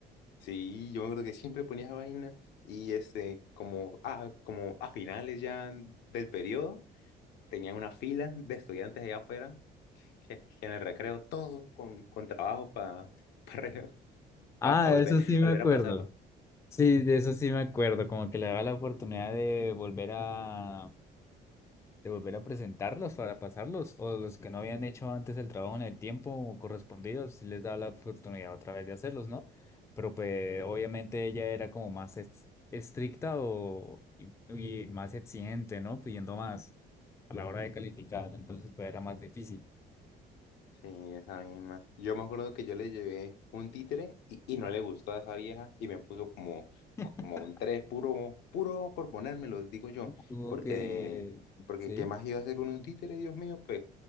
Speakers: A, on the left; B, on the left.
A: Sí, yo me acuerdo que siempre ponía esa vaina y este, como, ah, como a finales ya del periodo, tenían una fila de estudiantes allá afuera que, que en el recreo todos con, con trabajo para pa, <laughs> pa re- pa-
B: Ah,
A: pa volver,
B: de eso sí
A: volver
B: me acuerdo.
A: a pasarlo.
B: Sí, de eso sí me acuerdo, como que le daba la oportunidad de volver a, de volver a presentarlos para pasarlos, o los que no habían hecho antes el trabajo en el tiempo correspondido, si les da la oportunidad otra vez de hacerlos, ¿no? Pero pues obviamente ella era como más ex- estricta o, y, y más exigente, ¿no? Pidiendo más a la hora de calificar, entonces pues era más difícil.
A: Sí, esa misma. Yo me acuerdo que yo le llevé un títere y, y no le gustó a esa vieja y me puso como,
B: <laughs>
A: como un 3 puro, puro por ponérmelo, digo yo,
B: Tuvo
A: porque,
B: que...
A: porque
B: ¿Sí?
A: ¿qué más iba a hacer con un títere, Dios mío? Pues